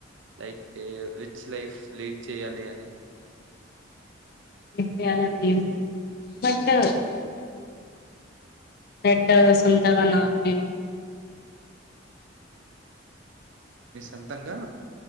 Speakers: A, on the right; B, on the left.
A: లైక్ రిచ్ లైఫ్ లీడ్ చేయాలి అని
B: చులానె ఉంటాయి బట్ ఏమంటారు బట్ సొంతగా నాకు నేనుట్
A: మి సొంతంగా